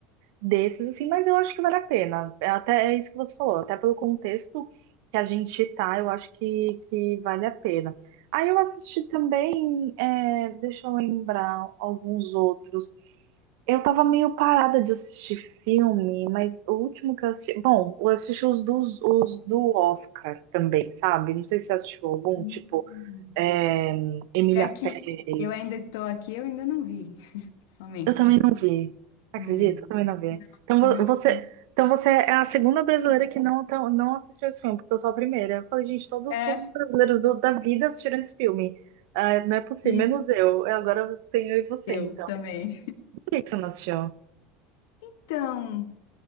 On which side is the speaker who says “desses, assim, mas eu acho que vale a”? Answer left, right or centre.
Right